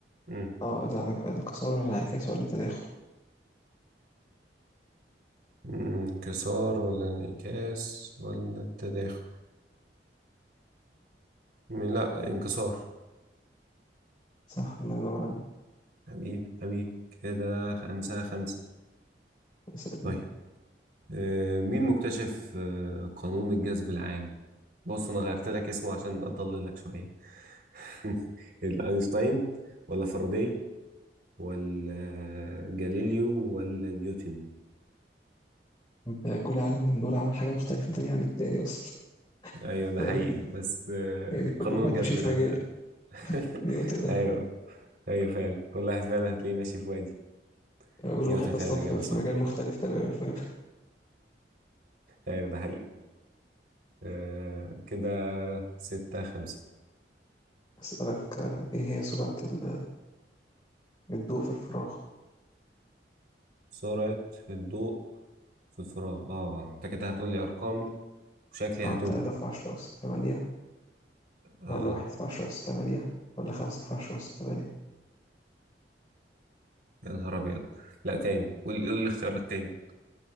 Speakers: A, on the right (about 60°); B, on the left (about 25°).
A: مم.
B: اه الانع- الانكسار ولا الانعكاس ولا التداخل
A: مم، انكسار ولا انعكاس ولا التداخل م- لا انكسار
B: صح الله ينور عليك
A: حبيبي حبيبي كده خمسة خمسة
B: يسألني.
A: طيب آه، مين مكتشف آه، قانون الجذب العام بص انا غيرت لك اسمه عشان اضللك شوية <laughs> اينشتاين ولا فاراداي ولا جاليليو ولا نيوتن
B: انت كل عالم من دول عمل حاجة مختلفة تانية عن التاني أصلا
A: ايوه
B: <laughs>
A: ده
B: فاهم
A: حقيقي بس آه،
B: يعني كل
A: قانون
B: واحد
A: الجذب
B: ماشي في
A: العام
B: مجال
A: بقى <laughs>
B: نيوتن ده
A: ايوه ايوه فعلا كل واحد فعلا هتلاقيه ماشي في وادي
B: كل
A: نيوتن
B: واحد أصلا
A: فعلا الاجابه
B: في في
A: صح
B: مجال مختلف تماما فاهم <laughs>
A: ايوه ده حقيقي آه كده ستة خمسة
B: أسألك آه، إيه هي سرعة ال- الضوء في الفراغ
A: سرعة الضوء في الفراغ اه انت كده هتقولي ارقام وشكلي
B: اه
A: هتوه
B: تلاتة في عشرة أس تمانية
A: اه
B: ولا واحد في عشرة أس تمانية ولا خمسة في عشرة أس تمانية
A: يا نهار ابيض لا تاني قول قول الاختيارات تاني